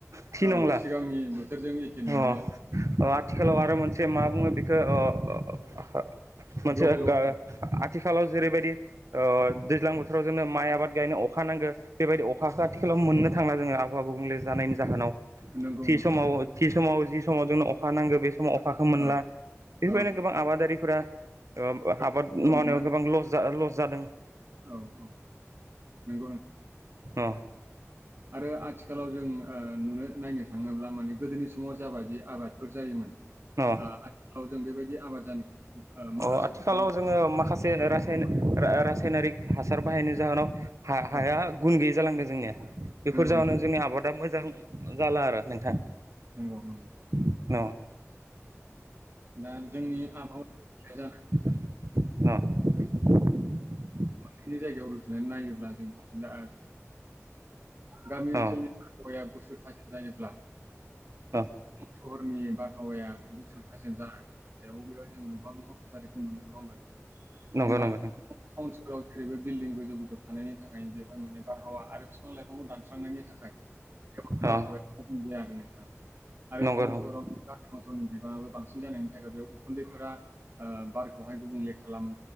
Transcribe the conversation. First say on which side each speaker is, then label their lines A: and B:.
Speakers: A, on the right; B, on the right.
A: थि
B: औ
A: नंला
B: सिगांनि बोथोरजों एखे
A: अ
B: नंलिया औ।
A: आथिखालाव आरो मोनसे ज मा बुङो बेखौ अ अ ओहो मोनसे
B: ग्लबेल वार्मिं
A: गा आथिखालाव जेरैबायदिओ दैज्लां बोथोराव जोंङनो माइ आबाद गायनो अखा नांगौ बेबायदि अखाखौ आथिखालाव मोननो थांला जोङो आबहावा गुबुंले जानायनि जाहोनाव
B: नंगौ
A: थि
B: नोंथां
A: समाव थि समाव जि समाव जोंनो अखा नांगौ बे समाव अखाखौ मोनला
B: औ
A: बेफोरबायदिनो
B: औ
A: गोबां आबादारिफोरा ओ
B: गोबां
A: आबाद
B: खस्थ'
A: मावनायाव
B: मोनबाय
A: गोबां ल लस जादों ओसामा
B: औ औ नंगौ नोंथां
A: अ
B: आरो आथिखालाव जों नुनो नायनो थाङोब्ला माने गोदोनि समाव जाबायाददि आबादफोर जायोमोन
A: अ
B: आथिखालाव जों बेबायदि आबाद जानाय माखासे
A: अ आथिखालाव
B: <unintelligible>
A: जोङो माखासे र रासायनारिक हासार बाहायनि जाहोनाव हाया
B: औ
A: गुन गैयै जालांदों जोंनिया बेफोर
B: नंगौ
A: जउ न जोंनि आबादा मोजां जाला आरो नोंथां
B: न औ <unintelligible>
A: न' न'
B: दा जोंनि आबहावा <unintelligible> या
A: औ <unintelligible>
B: बिनि जायगायाव रुजुनानै नायोब्ला जों दा गामि ओनसोलनि
A: अ
B: आहावाया गुसु थाजिम जायोब्ला
A: अ
B: सहरनि बारहावाया गुसु थाजिम जानाय याव बेबादिनो दुंहाव दुंहाव थासारिखौ मोनो नङा होमबा नोंथां
A: नंगौ
B: दा
A: नंगौ नोंथां
B: टावन सहराव बे बिल्डिं गोजौ गोजौ थानायनि थाखाय बेवहाय माने बारहावा आरो बिफां लाइफांखौ दान दानस्रांनायनि थाखाय गोबां बारहावाया
A: अ
B: गुबुंले जालांदों नोंथां आरो
A: नंगौ
B: टावन
A: नंगौ
B: सहराव गारि-मटरनि बिबाङाबो बांसिन जानायनि थाखाय बेयाव उखुन्दैफोरा बारखौहाय गुबुंले खालामो